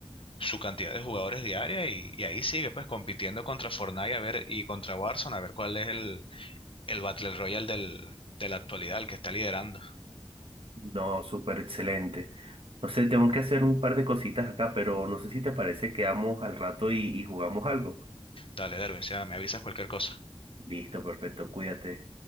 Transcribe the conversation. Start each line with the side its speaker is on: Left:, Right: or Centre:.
Left: su cantidad de jugadores diaria y, y ahí sigue pues compitiendo contra Fortnite a ver, y contra Warzone a ver cuál es el el Battle Royale del, de la actualidad, el que está liderando.
Right: No, súper excelente. No sé, tengo que hacer un par de cositas acá, pero no sé si te parece que vamos al rato y, y jugamos algo.
Left: Dale, Derwin, o sea, me avisas cualquier cosa.
Right: Listo, perfecto, cuídate.